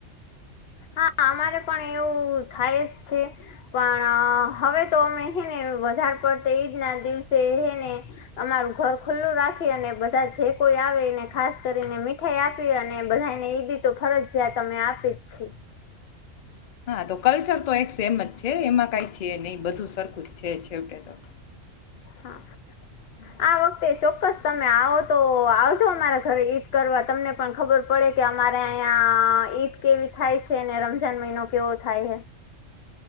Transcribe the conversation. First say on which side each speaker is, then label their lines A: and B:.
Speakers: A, on the left; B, on the left.
A: હા. અમારે પણ એવું થાય જ શે, પણ હવે તો અમે હેને વધાર પડતે ઈદના દિવસે હેને અમારું ઘર ખુલ્લું રાખી અને બધા જે કોઈ આવે એને ખાસ કરીને મીઠાઈ આપીએ અને બધાયને ઈદી તો ફરજયાત અમે આપી જ છે.
B: હા. તો કલ્ચર તો એક સેમ જ છે, એમાં કાઈ છે નહી બધું સરખું છે છેવટે તો.
A: હા આ વખતે ચોક્કસ તમે આવો તો આવજો અમારા ઘરે ઈદ કરવા તમને પણ ખબર પડે કે, અમારે આયા ઈદ કેવી થાય છે અને રમજાન મહિનો કેવો થાય હે.